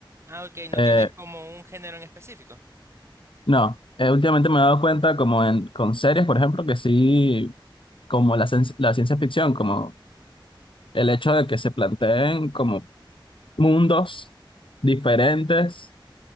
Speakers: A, on the right (about 30°); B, on the left (about 80°).
A: Ah, ok, no
B: Eh,
A: tienes como un género en específico.
B: no, eh, últimamente me he dado cuenta como en, con series, por ejemplo, que sí, como la, cien- la ciencia ficción, como el hecho de que se planteen como mundos diferentes,